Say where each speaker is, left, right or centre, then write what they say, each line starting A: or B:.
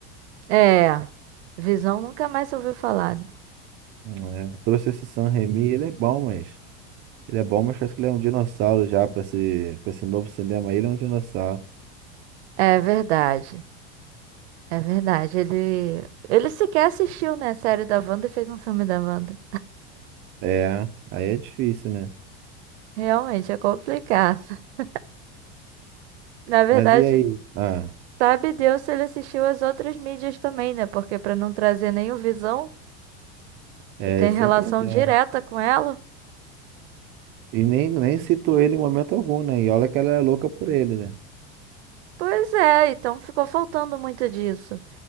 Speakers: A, on the right (about 85°); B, on the right (about 35°).
A: É, Visão nunca mais se ouviu falar, né?
B: É, trouxe esse Sam Raimi, ele é bom, mas. Ele é bom, mas parece que ele é um dinossauro já pra esse, pra esse novo cinema. Ele é um dinossauro.
A: É verdade. É verdade. Ele, ele sequer assistiu, né, a série da Wanda e fez um filme da Wanda.
B: É, aí é difícil, né?
A: Realmente é complicado. <laughs> Na verdade,
B: Mas e aí? Ah,
A: sabe Deus se ele assistiu às outras mídias também, né? Porque para não trazer nenhum Visão,
B: é,
A: que tem
B: esse
A: relação
B: é o problema.
A: direta com ela.
B: E nem, nem citou ele em momento algum, né? E olha que ela é louca por ele, né?
A: Pois é, então ficou faltando muito disso.